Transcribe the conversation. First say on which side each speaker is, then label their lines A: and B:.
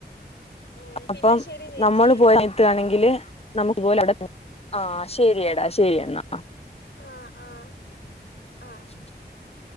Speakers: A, on the left; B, on the left.
A: ഉം
B: അപ്പം
A: പിന്നെ ശരി ചേച്ചി
B: നമ്മള് പോയത്തുകയാണെങ്കില് <unintelligible> ആ ശരിയടാ ശരിയന്നാ
A: ആഹ് ആഹ് ആഹ്
B: <inaudible>